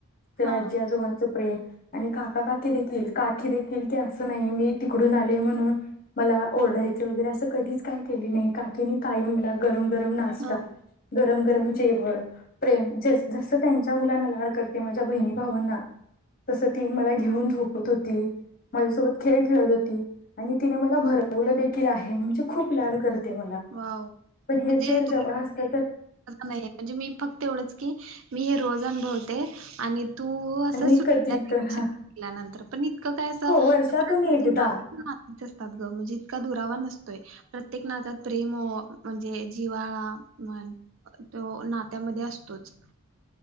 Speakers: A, on the right (about 65°); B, on the left (about 40°).
A: हा
B: राज्य आजोबांचं प्रेम आणि काका काकी देखील काकी देखील की असं नाही मी तिकडून आले म्हणून मला ओढायचं वगैरे असं कधीच काय केली नाही काकीने काय मला गरम गरम नाश्ता
A: हा
B: गरम गरम जेवण प्रेम जसं त्यांच्या मुलांना लाड करते माझ्या बहिणी भावांना तसं ती मला घेऊन
A: ह
B: झोपत होती माझ्यासोबत खेळ खेळत होती आणि तिने मला भरवलं देखील आहे म्हणजे खूप लाड करते मला
A: वाह
B: पण हे
A: म्हणजे
B: जर
A: तु
B: जवळ असत
A: नाही म्हणजे मी फक्त एवढंच की मी हे रोज अनुभवते आणि तो
B: तर
A: असं
B: मी
A: सुटलाशनल्यानंतर
B: कधी तर हा
A: पण इतकं काय असं
B: हो
A: आपल्या
B: वर्षातून
A: म्हणजे
B: एकदा
A: ना नाच असतात ग म्हणजे इतका दुरावा नसत ते प्रत्येक नात्यात प्रेम म्हणजे जिवाळा म्ह तो नात्यामध्ये असतोच